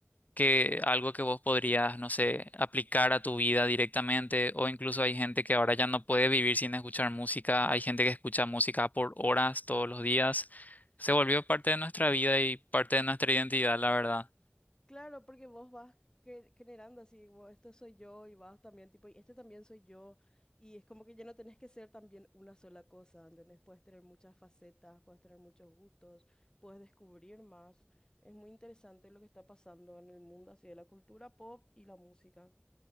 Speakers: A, on the left (about 40°); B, on the left (about 20°).
A: que algo que vos podrías, no sé, aplicar a tu vida directamente, o incluso hay gente que ahora ya no puede vivir sin escuchar música, hay gente que escucha música por horas todos los días, se volvió parte de nuestra
B: Yo.
A: vida y parte de nuestra identidad, la verdad.
B: Claro, porque vos vas cre- generando así, como esto soy yo y vas también, tipo, y este también soy yo. Y es como que ya no tenés que ser también una sola cosa, ¿entendés? Puedes tener muchas facetas, puedes tener muchos gustos, puedes descubrir más. Es muy interesante lo que está pasando en el mundo así de la cultura pop y la música.